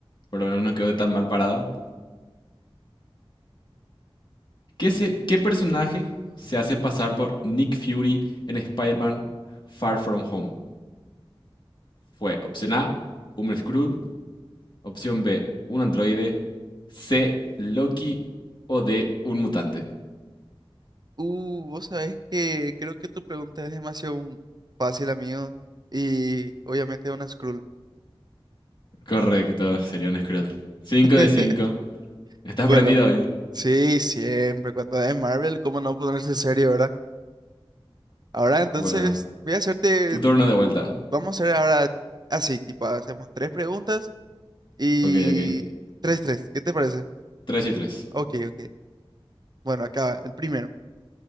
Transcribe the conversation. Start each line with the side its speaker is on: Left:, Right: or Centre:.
Left: Por lo menos no quedó tan mal parado. ¿Qué, se- qué personaje se hace pasar por Nick Fury en Spider-Man Far From Home? Fue opción A, un Skrull, opción B, un androide, C, Loki o D, un mutante.
Right: Uh, vos sabés que creo que tu pregunta es demasiado fácil, amigo. Y obviamente es una Skrull.
Left: Correcto, sería un Skrull. 5
Right: <laughs>
Left: de 5. ¿Estás
Right: Bueno,
Left: prendido hoy?
Right: sí, siempre. Cuando es Marvel, ¿cómo no ponerse serio, verdad? Ahora entonces
Left: Bueno,
Right: voy a hacerte,
Left: tu turno de vuelta.
Right: vamos a hacer ahora así, tipo, hacemos tres preguntas y
Left: Ok, ok.
Right: tres, tres, ¿qué te parece?
Left: 3 y tres.
Right: Ok, ok. Bueno, acaba, el primero.